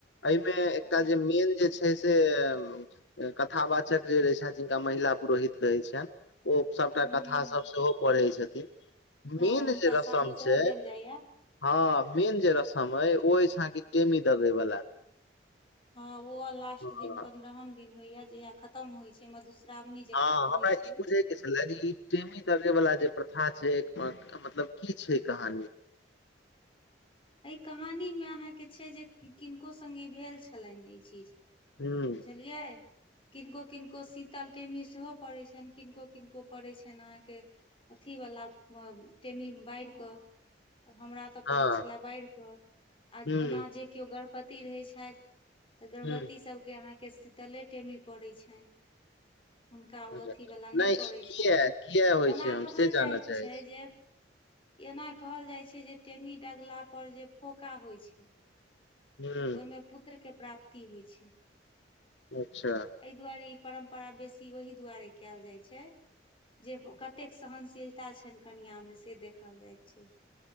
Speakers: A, on the left (about 85°); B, on the left (about 30°).
A: अय मे एकटा
B: हँ
A: जे मेन जे छै छै से कथाावाचक जे रहै छै जिनका महिला पुरोहित कहैय छैन ओ सभटा
B: हूँ
A: कथा सब सेहो पढ़ै छथिन
B: हँ
A: मैन
B: हुनका
A: जे
B: साड़ी
A: रसम
B: सेहो
A: छै
B: देल जाइया
A: हँ मेन जे रसम अय ओ अछि अहाँ के टेमी दगे वला
B: हँ ओहो लास्ट
A: हँ
B: दिन पंन्द्रहम दिन होय जहिया खतम होइ छै मधु श्रावणी जेकरा
A: हँ,
B: कहै
A: हमरा ई
B: छै
A: बुझे छले जे ई टेमीे दागे वला जे प्रथा छै मतलब की छै कहानी
B: यै कहानी में अहाँकेँ छै जे किनको संगे भेल छलैन ई चीज
A: हूँ
B: बुझलियै किनको किनको शीतल टेमी सेहो पड़ैत छैन किनको किनको पड़ैत छैन अहाँकेँ अथी वला टेमी बाइर कऽ <inaudible> तऽ हमरा तऽ पड़ल
A: हँ
B: छले बाइर कऽ आ
A: हूँ
B: ओना जे केओ गर्भवति रहै छैथ तऽ गर्भवती
A: हूँ
B: सभ केँ अहाँ केँ शीतले टेमी पड़ै छैन हुनका ओ
A: अच्छा
B: अथीवला
A: नहि
B: नै पड़ैत
A: किया
B: छैन
A: किया होइ
B: ओना
A: छै हम
B: कहल
A: से जानऽ
B: जाइ
A: चाहै
B: छै
A: छी
B: जे एना कहल जाइ छै जे टेमी डगला पर जे फोका होइ छै
A: हूँ
B: ओइमें पुत्र केँ प्राप्ति होइत छै
A: अच्छा
B: यै दुआरे ई परम्परा बेसी ओहि दुआरे कैल जाय छै जे उऽ कतेक सहनशीलता छैन कनिआ में से देखल जाइ छै